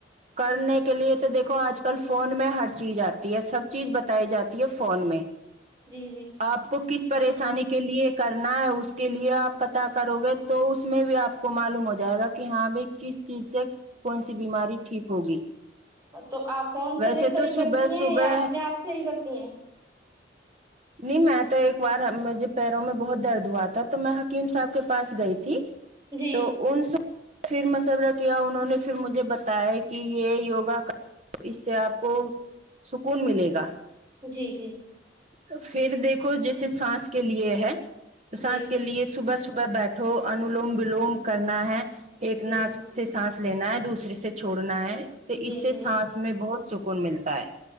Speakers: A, on the right; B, on the right.
A: کرنے کے لیے تو دیکو آج کل فون میں ہر چیز آتی ہے سب چیز بتائی جاتی ہے فون میں
B: جی جی
A: آپ کو کس پریشانی کے لیے کرنا ہے اس کے لیے آپ پتا کرو گے تو اس میں بھی آپ کو معلوم ہو جائے گا کہ ہاں بھائی کس چیز سے کون سی بیماری ٹھیک ہوگی
B: تو آپ فون سے
A: ویسے
B: دیکھ کر
A: تو
B: ہی کرتی
A: صبح
B: ہیں
A: صبح
B: یا اپنے آپ سے ہی کرتی ہیں
A: نہیں میں تو ایک بار میرھے پیروں میں بہت درد ہوا تھا تو میں حکیم صاحب کے پاس گئی تھی
B: جی
A: تو ان سے پھر مشورہ کیا انہوں نے پھر مجھے بتایا کہ یہ یوگا کا اس سے آپ کو سکون ملے گا
B: جی جی
A: تو پھر دیکھو جیسے سانس کے لیے ہے تو
B: جی
A: سانس کے لیے صبح صبح بیٹھ ہو انولوم ولوم کرنا ہے ایک
B: جی
A: ناک سے سانس لینا ہے دوسرے سے چھوڑنا ہے تو
B: جی
A: اس سے
B: جی
A: سانس میں بہت سکون ملتا ہے